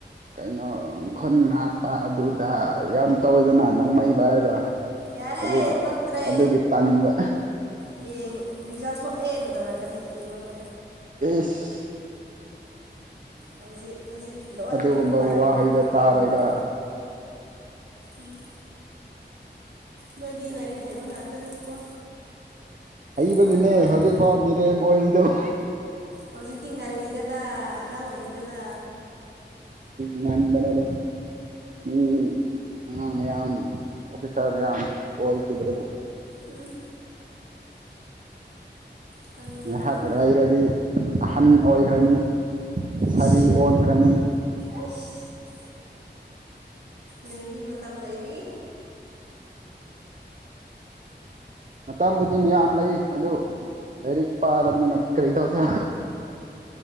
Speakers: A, on the right; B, on the right.
A: ꯀꯩꯅꯣ ꯈꯨꯟ ꯉꯥꯛꯄ ꯑꯗꯨꯗ ꯌꯥꯝ ꯇꯧꯋꯦꯗꯅ ꯅꯣꯡꯃꯩꯕ ꯍꯥꯏꯔꯒ
B: ꯌꯥꯔꯦ
A: ꯑꯗꯨꯒꯤ
B: ꯄꯛꯇ꯭ꯔꯦ
A: ꯑꯗꯨꯒꯤ ꯇꯟꯕ
B: ꯍꯌꯦꯡ ꯔꯤꯖꯜ ꯊꯣꯛꯑꯦꯅ ꯇꯧꯔꯛꯀꯅꯤ ꯌꯦꯡꯉꯣ ꯅ
A: ꯦꯁ
B: ꯍꯧꯖꯤꯛ ꯍꯧꯖꯤꯛ ꯂꯣꯟꯅ
A: ꯑꯗꯨꯒꯨꯝꯕ
B: ꯂꯣꯟꯅ ꯄꯥꯔꯤꯗꯣ
A: ꯋꯥꯍꯩꯗꯣ
B: ꯈꯪꯗꯕꯤ
A: ꯇꯥꯔꯣꯏꯗ
B: ꯅꯤꯡꯕ ꯎꯝ ꯅꯣꯏꯗꯤ ꯂꯥꯏꯔꯤꯛ ꯍꯥꯏꯕ ꯉꯥꯛꯇꯅꯤꯅꯀꯣ
A: ꯍꯩꯕꯒꯤꯅꯦ
B: ꯄꯥꯔ ꯄꯥꯔꯒ
A: ꯍꯧꯖꯤꯛꯐꯥꯎ ꯃꯤꯔꯦꯝ ꯑꯣꯏꯔꯤꯗꯨꯣ
B: ꯍꯧꯖꯤꯛꯇꯤ ꯉꯜꯂꯤꯗꯅ ꯑꯉꯥꯡ ꯑꯣꯏꯔꯤꯗꯅ
A: ꯉꯟꯗꯅꯗ ꯃꯤ ꯑꯉꯥꯡ ꯃꯌꯥꯝ ꯑꯣꯐꯤꯁꯥꯔ ꯃꯌꯥꯝ ꯑꯣꯏꯈꯤꯕꯗꯨꯕꯨ
B: ꯎꯝ ꯈꯪꯉꯦ
A: ꯉꯥꯏꯍꯥꯛ
B: ꯈꯪꯉꯦ
A: ꯂꯩꯔꯗꯤ ꯑꯍꯟ ꯑꯣꯏꯈ꯭ꯔꯅꯤ
B: ꯏꯁ
A: ꯁꯥꯔꯤ ꯑꯣꯟꯈ꯭ꯔꯅꯤ
B: ꯑꯩꯁ ꯂꯩꯔꯤ ꯃꯇꯝ ꯂꯩꯔꯤ
A: ꯃꯇꯝꯕꯨꯗꯤ ꯃꯌꯥꯝ ꯂꯩ ꯑꯗꯨ ꯂꯥꯏꯔꯤꯛ ꯄꯥꯗꯕꯅꯤꯅ ꯀꯔꯤ ꯇꯧꯁꯦ